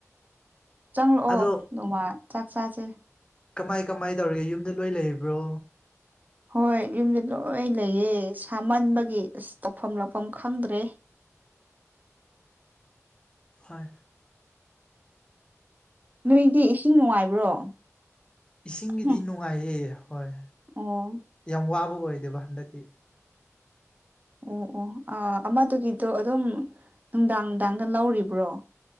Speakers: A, on the right; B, on the left.
A: ꯆꯪꯂꯛꯑꯣ
B: ꯑꯗꯣ
A: ꯅꯣꯡꯃ ꯆꯥꯛ ꯆꯥꯁꯦ꯫
B: ꯀꯃꯥꯏ ꯀꯃꯥꯏ ꯇꯧꯔꯤꯒꯦ ꯌꯨꯝꯗ ꯂꯣꯏ ꯂꯩꯔꯤꯕ꯭ꯔꯣ?
A: ꯍꯣꯏ ꯌꯨꯝꯗ ꯂꯣꯏ ꯂꯩꯌꯦ ꯁꯥꯃꯟꯕꯒꯤ ꯑꯁ ꯇꯧꯐꯝ ꯂꯥꯛꯐꯝ ꯈꯪꯗ꯭ꯔꯦ꯫
B: ꯍꯣꯏ꯫
A: ꯅꯣꯏꯗꯤ ꯏꯁꯤꯡ ꯅꯨꯡꯉꯥꯏꯕ꯭ꯔꯣ?
B: ꯏꯁꯤꯡꯒꯤꯗꯤ
A: ꯍꯨꯝ
B: ꯅꯨꯡꯉꯥꯏꯌꯦ ꯍꯣꯏ꯫
A: ꯑꯣ꯫
B: ꯌꯥꯝ ꯋꯥꯕ ꯑꯣꯏꯗꯦꯕ ꯍꯟꯗꯛꯇꯤ꯫
A: ꯑꯣ ꯑꯣ ꯑꯃꯗꯨꯒꯤꯗꯣ ꯑꯗꯨꯝ ꯅꯨꯡꯗꯥꯡ ꯅꯨꯡꯗꯥꯡꯗ ꯂꯧꯔꯤꯕ꯭ꯔꯣ?